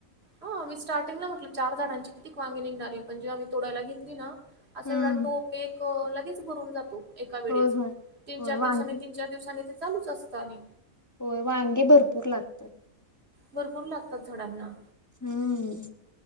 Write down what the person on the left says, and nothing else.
हम्म
होय होय
होय
वांगी
होय वांगे भरपूर लागतात
हम्म